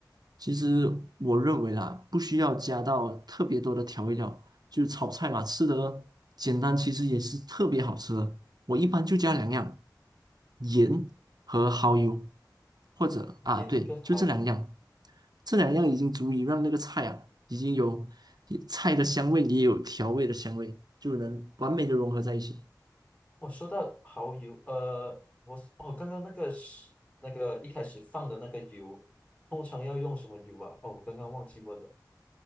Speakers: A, on the right (about 65°); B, on the left (about 20°).
A: 其实我认为啦，不需要加到特别多的调味料，就是炒菜嘛，吃的简单，其实也是特别好吃的。我一般就加两样，盐和蚝油，或者啊，
B: 盐跟蚝油。
A: 对，就这两样，这两样已经足以让那个菜啊，已经有菜的香味，也有调味的香味，就能完美的融合在一起。
B: 哦，说到蚝油，呃，我哦，刚刚那个是那个一开始放的那个油，通常要用什么油啊？哦，我刚刚忘记问了。